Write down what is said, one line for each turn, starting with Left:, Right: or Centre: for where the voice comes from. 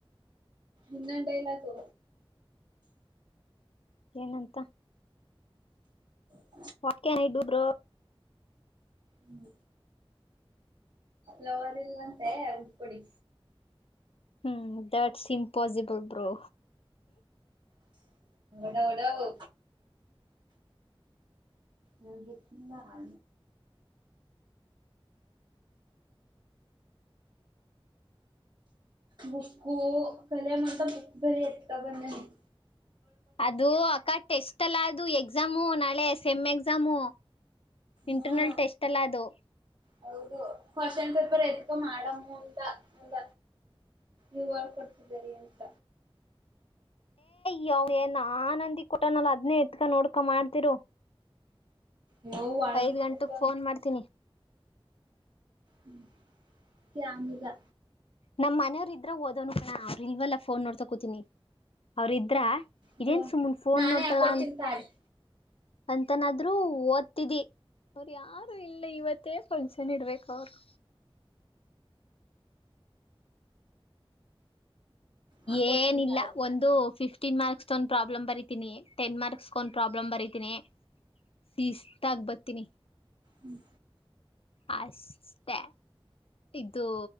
Right: ಇನ್ನೊಂದ್ ಡೈಲಾಕು
Left: ಏನಂತ
Right: ಹ
Left: what can I do bro
Right: ಹ್ಮ ಲವರ್ ಇಲ್ಲಂತ ಉಡ್ಕೊಡಿ
Left: ಹ್ಮ್ ದಟ್ಸ್ ಇಂಪಾಸಿಬಲ್ ಬ್ರೋ
Right: ಡ ಒಡಓಡೋ ನಲ್ಲ ಹ ಬುಕ್ಸು ಕಲಮಂತ ಬುಕ್ ಬರೆ ಇತ್ತಕಂಡ್ ಬಂದೆ ನಾನು
Left: ಅದು ಅಕ್ಕ ಟೆಸ್ಟ್ ಎಲ್ಲ ಅದು ಎಕ್ಸಾಮು ನಾಳೆ. ಸೆಮ್ ಎಗ್ಸಾಮು ಇಂಟರ್ನಲ್
Right: ಹಾ
Left: ಟೇಸ್ಟಲ ಅದು.
Right: ಹೌದು ಕ್ವಶನ್ ಪೇಪರ್ ಎತ್ಕೋ ಮಾಡಮ್ಮು ಅಂತ ಅಂದ ಇವ ಕೊ ಇದ ಬರಿಅಂತ.
Left: ್ಯೋ ನಾ ನಂದಿ <unintelligible> ಕೂಟ್ಟನಲ ಅದ್ನೇ ಎತ್ಕ ನೋಡ್ಕೊ ಮಾಡ್ತಿರು..
Right: ಅಯ್ಯೋ ಒಳಗಿಟ್ಬಿಟ್ಟು
Left: ಐದ್ ಗಂಟಕ್ ಫೋನ್ ಮಾಡ್ತೀನಿ.
Right: ಹ್ಮ ಕ್ಯಾಮಿಲ್ಲ.
Left: ನಮ್ಮ್ ಮನೆಯವ್ರ ಇದ್ರ ಓದೋನು ಕಣ ಅವರು ಇಲ್ವೆಲ್ಲ ಫೋನ್ ನೋಡ್ತ ಕು. ಅವ್ರ್ ಇದ್ರ
Right: ಅಯ್ಯೋ
Left: ಏನ್ ಸುಮ್ಮುನ್ ಫೋನ್
Right: ನಾನೇ
Left: ನೋಡ್ತಾಳ
Right: ಹಾಕೊಡ್ತೀನಿ
Left: ಅ
Right: ತಾಳಿ
Left: ಅಂತನಾದ್ರು ಓದ್ತಿದಿ ಅವರು ಯಾರು ಇಲ್ಲ ಇವತ್ತೇ ಫಂಕ್ಷನ್ ಇಡ್ಬೇಕು ಅವರು.
Right: ಹಾಕೊಡ್ತೀನಿ
Left: ಏನಿಲ್ಲ
Right: ತಾಳಿ ನಾನು
Left: ಒಂದು ಫಿಫ್ಟೀನ್ ಮಾರ್ಕ್ಸ್ ಒಂದ್ ಪ್ರಾಬ್ಲಮ್ ಬರತೀನಿ ಟೆನ್ ಮಾರ್ಕ್ಸ್ ಒಂದ್ ಪ್ರಾಬ್ಲಮ್ ಬರೀ ತಿನೆ ಸಿಷ್ಟ ಆಗ್ ಬತ್ತೀನಿ.
Right: ಹ್ಮ್
Left: ಅಷ್ಟೇ ಇದು